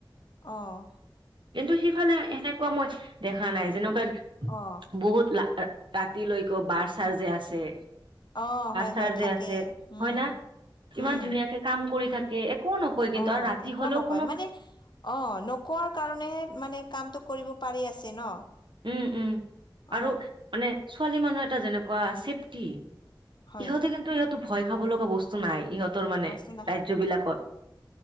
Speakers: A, on the left; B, on the right.
A: অ'।
B: কিন্তু সিফালে সেনেকুৱা মই দেখা নাই যেনেকুৱা
A: অ
B: বহুত ল ৰাতিলৈকে লৈক বাৰ চাৰ যে আছে
A: অ'। হয়
B: তাৰ
A: হয় থাকে
B: যে আছে
A: উম
B: হয় না
A: উম
B: ইমান ধুনীয়াকে কাম কৰি থাকে একো নকয় কিন্তু
A: অ
B: আৰু ৰাতি
A: একো
B: হ'লেও
A: নকয়
B: কোনো
A: মানে অ', নোকোৱাৰ কাৰণেহে মানে কামটো কৰিব পাৰি আছে ন।
B: উম, উম
A: অ
B: আৰু মানে ছোৱালী মানুহ এটা যেনেকুৱা চেফটি
A: হয়
B: ইহঁতে কিন্তু ইয়াতো ভয় খাব লগা বস্তু নাই ইহঁত ইহঁতৰ মানে
A: বস্তু না
B: ৰাজ্য বিলাকত